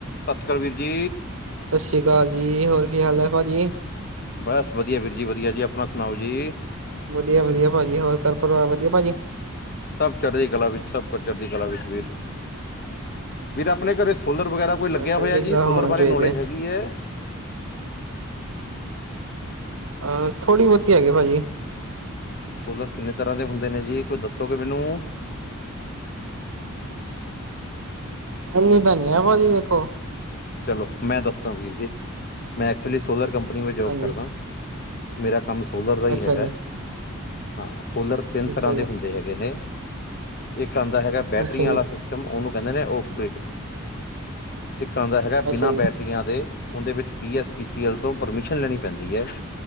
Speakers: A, on the left; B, on the right.
A: ਸਾਸੀ ਕਾਲ ਵੀਰ ਜੀ।
B: ਸ਼ਾਸ਼ੀ ਕਾਲ ਜੀ, ਹੋਰ ਕੀ ਹਾਲ ਐ ਭਾਜੀ।
A: ਬਸ, ਵਧੀਆ ਵੀਰ ਜੀ ਵਧੀਆ ਜੀ ਆਪਣਾ ਸੁਣਾਓ ਜੀ।
B: ਵਧੀਆ- ਵਧੀਆ ਭਾਜੀ ਹੋਰ ਘਰ ਪਰਿਵਾਰ ਵਧੀਆ ਭਾਜੀ।
A: ਸਭ ਚੜ੍ਹਦੀ ਕਲਾ ਵਿੱਚ ਸਭ ਕੁ ਚੜ੍ਹਦੀ ਕਲਾ ਵਿੱਚ ਵੀਰ - ਵੀਰ ਆਪਣੇ ਘਰੇ ਸੋਲਰ ਵਗੈਰਾ ਕੋਈ ਲੱਗਿਆ
B: ਚੜ੍ਹਦੀ
A: ਹੋਇਆ ਜੀ,
B: ਕਲਾ
A: ਸੋਲਰ
B: ਹੋਣੇ
A: ਬਾਰੇ
B: ਚਾਹੀਦੇ
A: ਨੌਲੇਜ਼ ਹੈਗੀ ਐ
B: ਅਹ ਥੋੜ੍ਹੀ ਬਹੁਤੀ ਹੈਗੀ ਭਾਜੀ।
A: ਸੋਲਰ ਕਿੰਨੇ ਤਰ੍ਹਾਂ ਦੇ ਹੁੰਦੇ ਨੇ ਜੀ, ਕੋਈ ਦੱਸੋਗੇ ਮੈਨੂੰ?
B: ਇਨੀ ਤਾਂ ਨਈ ਐ ਭਾਜੀ ਦੇਖੋ।
A: ਚਲੋ, ਮੈਂ ਦੱਸਦਾ ਵੀਰ ਜੀ, ਮੈਂ ਐਕਚੁਲੀ ਸੋਲਰ ਕੰਪਨੀ ਵਿੱਚ ਜੋਬ
B: ਹਾਂਜੀ
A: ਕਰਦਾ। ਮੇਰਾ ਕੰਮ ਸੋਲਰ ਦਾ ਹੀ
B: ਅੱਛਾ
A: ਹੈਗਾ,
B: ਜੀ
A: ਹਾਂ ਸੋਲਰ ਤਿੰਨ
B: ਅੱਛਾ
A: ਤਰ੍ਹਾਂ
B: ਜੀ
A: ਦੇ ਹੁੰਦੇ ਹੈਗੇ ਨੇ, ਇੱਕ ਆਂਦਾ ਹੈਗਾ ਬੈਟਰੀਆਂ
B: ਅੱਛਾ
A: ਵਾਲਾ
B: ਜੀ
A: ਸਿਸ ਉਹਨੂੰ ਕਹਿੰਦੇ ਨੇ ਔਫ਼ਕਰਿੱਡ। ਆਂਦਾ ਹੈਗਾ
B: ਅੱਛਾ
A: ਬਿਨਾਂ
B: ਜੀ
A: ਬੈਟਰੀਆਂ ਦੇ, ਉਹਦੇ ਵਿੱਚ ਪੀ ਐਸ ਪੀਸੀ ਐਲ ਤੋਂ ਪਰਮਿਸ਼ਨ ਲੈਣੀ ਪੈਂਦੀ ਏ।